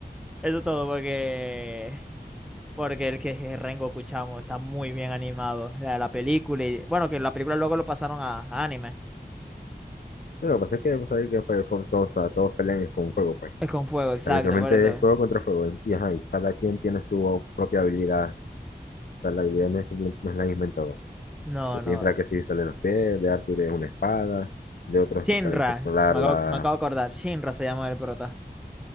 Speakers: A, in the centre; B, on the left.
A: Eso es todo, porque Porque el que es Rengoku, chamo, está muy bien animado. La, la película y... Bueno, que la película luego lo pasaron a, a anime.
B: Pero lo que pasa es que vos sabés que Fire Force todos, o sea, todos pelean con fuego, pues.
A: Es con fuego,
B: O
A: exacto,
B: sea, literalmente
A: por eso.
B: es fuego contra fuego. Y, y, ajá, y cada quien tiene su propia habilidad. O sea, la habilidad no es, simple- no es la misma en todo.
A: No,
B: De Shinra
A: no.
B: que sí sale los pies, de Arthur es una espada, de otros
A: Shinra.
B: que pueden controlar
A: Me
B: la...
A: acabo, me acabo de acordar. Shinra se llama el prota.